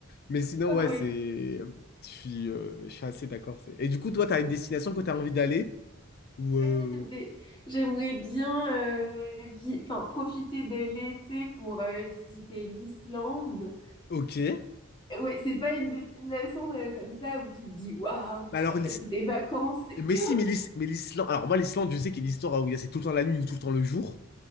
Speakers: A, on the left; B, on the left.
A: Mais sinon,
B: Ah
A: ouais,
B: oui.
A: c'est. Je suis, euh, je suis assez d'accord. c'est- Et du coup, toi, t'as une destination que t'as envie d'aller? Ou. euh,
B: Ouais, mais J'aimerais bien euh, vi- enfin, profiter de l'été pour euh, visiter l'Islande.
A: Ok. Mais
B: Euh, Ouais, c'est pas une destination euh, comme ça où tu te dis waouh,
A: alors,
B: tu vas passer tes vacances. et
A: Mais
B: tout.
A: si, mais l'Is- mais l'Islande. Alors, moi, l'Islande, je sais qu'il y a l'histoire où il y a- c'est tout le temps la nuit ou tout le temps le jour.